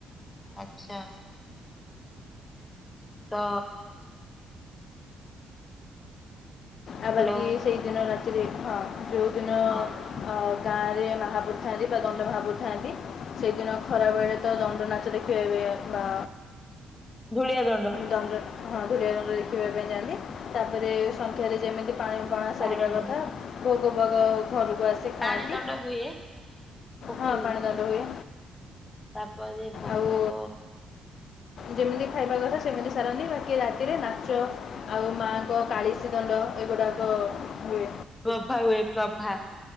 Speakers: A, on the left; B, on the left.
A: ଆଛା ତ
B: ଆ
A: ହ୍ୟାଲୋ
B: ବାକି ସେଇ ଦିନ ରାତିରେ ଆ ଯୋଉ ଦିନ
A: ହଁ
B: ଅ ଗାଁ ରେ ମହାପୁରୁ ଥାଆନ୍ତି ବା ଦଣ୍ଡ ମହାପୁରୁ ଥାଆନ୍ତି ସେଇଦିନ ଖରା ବେଳେ ତ ଦଣ୍ଡ ନାଚ ଦେଖିବେ ଏବେ ବା
A: ଧୂଳିଆ ଦଣ୍ଡ
B: ଦଣ୍ଡ ହଁ ଧୂଳିଆ ଦଣ୍ଡ ଦେଖିବା ପାଇଁ ଯାଆନ୍ତି ତାପରେ ସନ୍ଧ୍ୟାରେ ଯେମିତି ପାଣି ପଣା
A: ପାଣି
B: ସାରିବା
A: ଦଣ୍ଡ।
B: କଥା ଭୋଗ ଭାଗ ଘରକୁ ଆସି ଖାଆନ୍ତି
A: ପାଣି ଦଣ୍ଡ ହୁଏ ପୋଖରୀରେ
B: ହଁ ପାଣି ଦଣ୍ଡ ହୁଏ
A: ତାପରେ ଭୋଗ
B: ଆଉ
A: ଫୋଗ
B: ଯେମିତି ଖାଇବା କଥା ସେମିତି ସାରନ୍ତି ବାକି ରାତିରେ ନାଚ ଆଉ ମାଙ୍କ କାଳିସି ଦଣ୍ଡ ଏଗୁଡ଼ାକ ହୁଏ।
A: ପ୍ରଭା ହୁଏ ପ୍ରଭା।